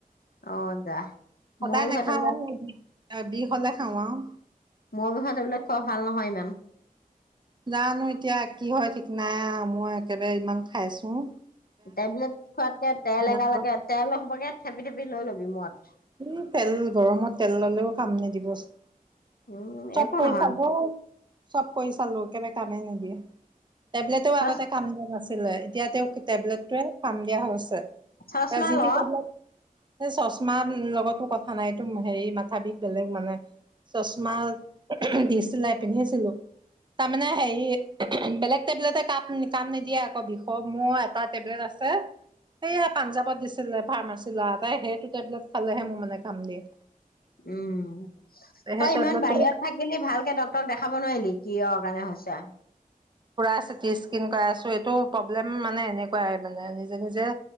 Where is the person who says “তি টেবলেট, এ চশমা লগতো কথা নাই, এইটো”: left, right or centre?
Right